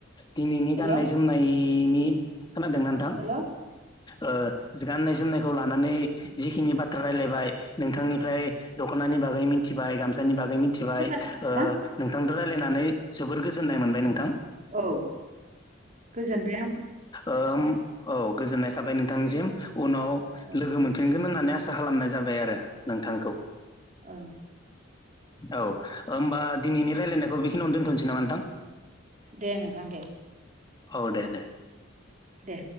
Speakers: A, on the left; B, on the right.
A: दिनैनि
B: हेल'
A: गाननाय जोमनायनि खोनादों नोंथां?
B: हेल'
A: ओ गाननाय जोमनायखौ लानानै जिखिनि बाथ्रा रायलायबाय नोंथांनिफ्राय दख'नानि बागै मिथिबाय गामसानि बागै मि मिथिबाय
B: खोनादों नोंथां
A: ओ नोंथांजों रायलायनानै जोबोर गोजोननाय मोनबाय नोंथां
B: औ गोजोनबाय आं
A: औम गोजोननाय थाबाय नोंथांनिसिम उनाव
B: ओ
A: लोगो मोनफिनगोन होननानै आसा खालामनाय जाबाय आरो नोंथांखौ
B: औ
A: औ होमबा दिनैनि रायलायनायखौ बेखिनियावनो दोन्थ'नोसै नामा नोंथां?
B: दे नोंथां दे
A: औ दे दे
B: दे